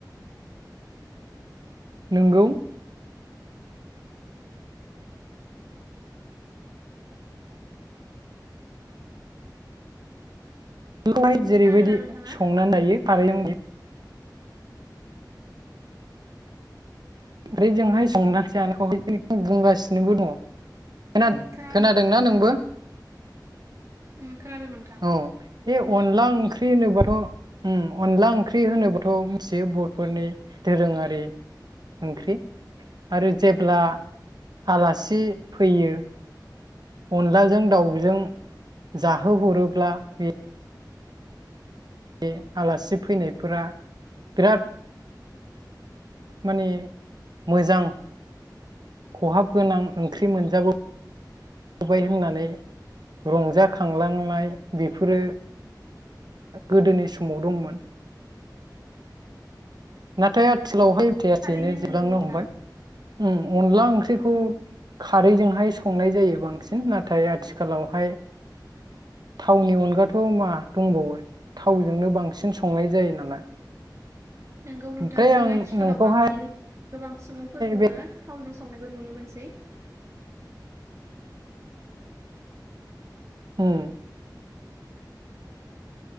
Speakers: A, on the right; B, on the right.
A: नोंगौ बेखौहाय जेरैबायदि
B: खोनादोंना नोंथाङा
A: संनानै जायो खारैजों ओफ्राय जोंहाय संनानै जानायखौहाय <unintelligible> बुंगासिनोबो दङ। खोनाद
B: खोनादों
A: खोनादोंना नोंबो?
B: उय खोनादों नोंथां।
A: औ बे अनला ओंख्रि होनोबाथ' ओं अनला ओंख्रि होनोबाथ' मिथियो बर'फोरनि दोरोङारि ओंख्रि आरो जेब्ला आलासि फैयो अनलाजों दाउजों जाहोहरोब्ला बे बे आलासि फैनायफोरा बिराद माने मोजां खहाब गोनां ओंख्रि मोनजाबो बोबाय होननानै रंजाखांलांनाय बेफोरो गोदोनि समाव दंमोन नाथाय आथि खालावहाय थैया
B: थारैनो
A: थैैनो जोबलांनो
B: नोंगौ नोंथां
A: हमबाय। ओं अनला ओंख्रिखौ खारैजोंहाय संनाय जायो बांसिन नाथाय आथिखालावहाय थावनि अनगाथ' मा दंबावो थावजोंनो बांसिन संनाय जायो नालाय
B: नोंगौ नोंथां
A: ओमफ्राय
B: जों
A: आं
B: आथिखालाव
A: नोंखौहाय
B: बांसिन गोबां सुबुंफोरखौनो
A: बे
B: थावजों संनायखौ नुनो मोनसै <inaudible>
A: उम